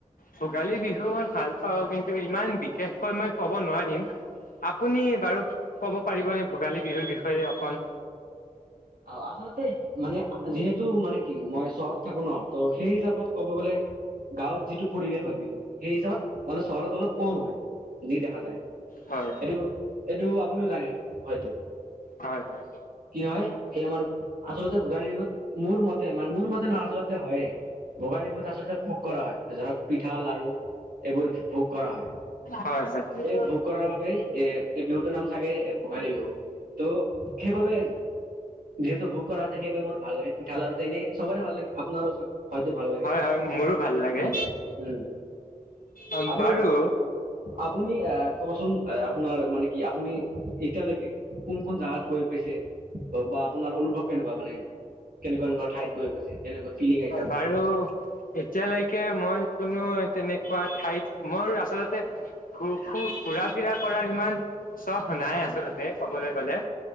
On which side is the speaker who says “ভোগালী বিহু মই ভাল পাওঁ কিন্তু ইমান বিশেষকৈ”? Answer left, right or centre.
Left